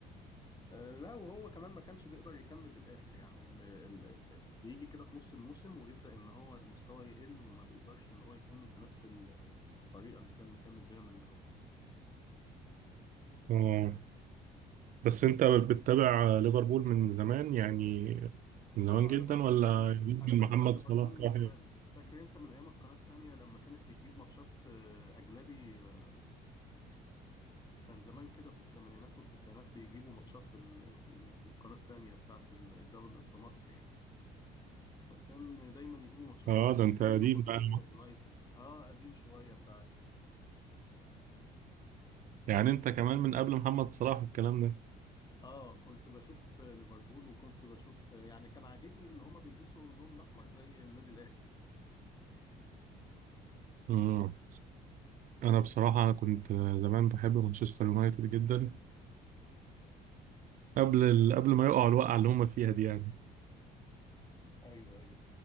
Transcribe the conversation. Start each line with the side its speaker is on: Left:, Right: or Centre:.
Left: آه، لا وهو كمان ما كانش بيقدر يكمل للآخر يعني ال ال ال بيجي كده في نص الموسم ويبدأ إن هو المستوى يقل وما بيقدرش إن هو يكمل بنفس الطريقة اللي كان مكمل بيها من الأول.
Right: اه بس انت بتتابع ليفربول من زمان يعني من زمان
Left: آه
Right: جدا
Left: أنا ب أنا
Right: ولا
Left: أنا
Right: من
Left: أنا بتابع
Right: محمد
Left: ليفربول
Right: صلاح
Left: من
Right: راح-
Left: زمان فاكر أنت من أيام القناة التانية لما كانت بتجيب ماتشات آه، أجنبي آه، كان زمان كده في الثمانينات والتسعينات بيجيبوا ماتشات في ال في ال في القناة التانية بتاعت الدولة في مصر يعني. فكان دايما يجيبوا ماتشات
Right: اه
Left: لليفربول
Right: ده انت قديم
Left: ومانشستر
Right: بقى
Left: يونايتد اه قديم شويه انت عارف
Right: يعني انت كمان من قبل محمد صلاح والكلام ده
Left: اه كنت بشوف ليفربول وكنت بشوف يعني كان عاجبني ان هما بيلبسوا اللون الاحمر زي النادي الاهلي
Right: امم انا بصراحة كنت زمان بحب مانشستر يونايتد جدا قبل ال... قبل ما يقعوا الوقعة اللي هم فيها دي يعني
Left: ايوه ايوه